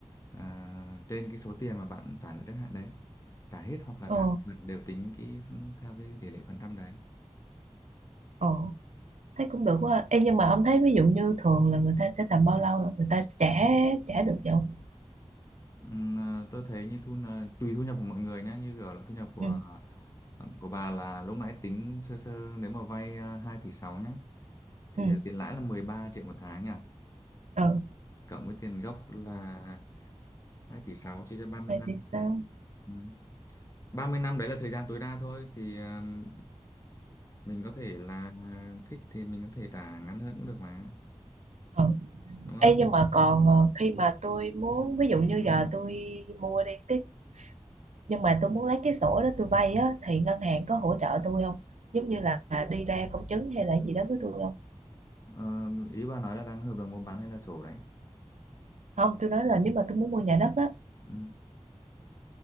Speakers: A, on the left; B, on the right.
A: à, trên cái số tiền mà bạn trả nợ trước hạn đấy trả hết hoặc là
B: ờ
A: trả một phần đều tính cái phân, theo cái tỷ lệ phần trăm đấy
B: ờ thấy cũng được quá Ê, nhưng mà ông thấy ví dụ như thường là người ta sẽ tầm bao lâu là người ta sẽ trả trả được vậy không
A: Ừm, à, tôi thấy như thu n- tùy thu nhập của mọi người nhé như kiểu là thu nhập của
B: ừ
A: à, của bà là lúc nãy tính sơ sơ nếu mà vay à, 2 tỷ 6 nhá thì
B: ừ
A: à, tiền lãi là 13 triệu một tháng nhỉ
B: ừ
A: cộng với tiền gốc là 2 tỷ 6 chia cho 30
B: vậy
A: năm
B: thì sao
A: ừ. ba mươi năm đấy là thời gian tối đa thôi thì ừm, mình có thể là thích thì mình có thể trả ngắn hơn cũng được mà
B: ừ
A: đúng không
B: Ê, nhưng mà còn ờ, khi mà tôi muốn ví dụ như giờ tôi mua đi cái nhưng mà tôi muốn lấy cái sổ đó tôi vay á thì ngân hàng có hỗ trợ tôi không giống như là đi ra công chứng hay là gì đó với tôi không
A: Ờ, ý bà nói là đang hợp đồng mua bán hay là sổ đấy
B: không tôi nói là nếu mà tôi muốn mua nhà đất á
A: ừ.